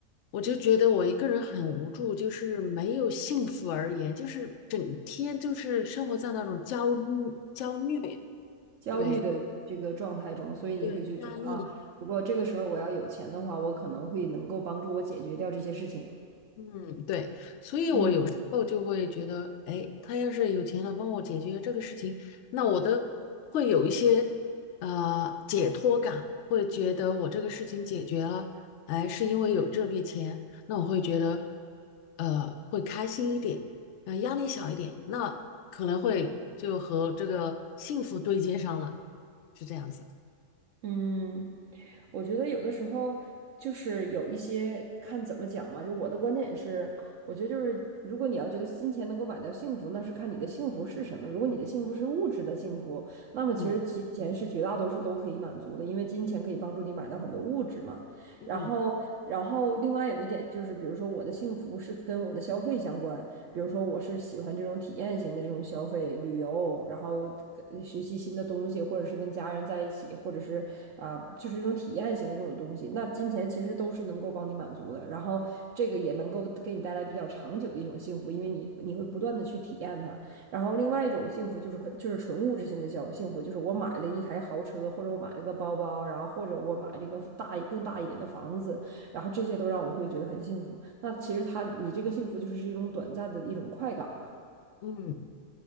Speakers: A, on the left; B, on the right.
A: 我就觉得我一个人很无助，就是没有幸福而言，就是整天就是生活在那种焦虑、焦虑，
B: 焦虑的这个状态中，
A: 对
B: 所以你会就觉得啊，
A: 对，压力。
B: 如果这个时候我要有钱的话，我可能会能够帮助我解决掉这些事情。
A: 嗯，对，所以我有时候就会觉得，
B: 嗯
A: 哎，他要是有钱了，帮我解决这个事情，那我的会有一些呃解脱感，会觉得我这个事情解决了，哎，是因为有这笔钱，那我会觉得呃会开心一点，呃，压力小一点，那可能会就和这个幸福对接上了，是这样子。
B: 嗯，我觉得有的时候就是有一些看怎么讲嘛，就我的观点是，我觉得就是如果你要觉得金钱能够买到幸福，那是看你的幸福是什么。如果你的幸福是物质的幸福，那么其实金钱是绝大多数都可以满足的，
A: 嗯
B: 因为金钱可以帮助你买到很多物质嘛。
A: 嗯
B: 然后，然后另外有一点就是，比如说我的幸福是跟我的消费相关，比如说我是喜欢这种体验型的这种消费旅游，然后呃学习新的东西，或者是跟家人在一起，或者是啊、就是这种体验型的这种东西，那金钱其实都是能够帮你满足的，然后这个也能够给你带来比较长久的一种幸福，因为你你会不断的去体验它。然后另外一种幸福就是可就是纯物质性的消幸福，就是我买了一台豪车，或者我买了个包包，然后或者我买了一个大一更大一点的房子，然后这些都让我会觉得很幸福。那其实他，你这个幸福就是是一种短暂的一种快感嘛，
A: 嗯。